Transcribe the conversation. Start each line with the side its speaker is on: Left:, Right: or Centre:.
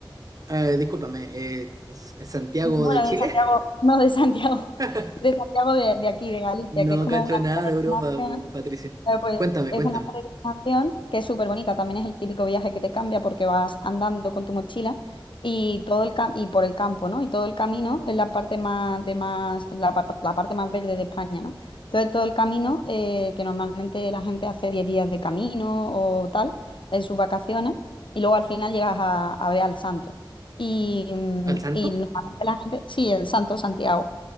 Right: Eh, discúlpame, eh, S- Santiago
Left: Bueno,
Right: de Chile.
Left: de Santiago, no de Santiago, <laughs>
Right: <laughs>
Left: de Santiago de, de aquí, de Galicia,
Right: No
Left: que es como
Right: cacho
Left: una
Right: nada
Left: peregrinación.
Right: de Europa, po, Patricia.
Left: Claro, pues
Right: Cuéntame,
Left: es
Right: cuéntame.
Left: una peregrinación que es súper bonita. También es el típico viaje que te cambia porque vas andando con tu mochila y todo el cam- y por el campo, ¿no? Y todo el camino es la parte más de más la, pa- la parte más verde de España, ¿no? Entonces todo el camino eh, que normalmente la gente hace 10 días de camino o tal en sus vacaciones y luego al final llegas a, a ver al santo. Y, mm,
Right: ¿Al santo?
Left: y normalmente la gente, sí, el santo Santiago.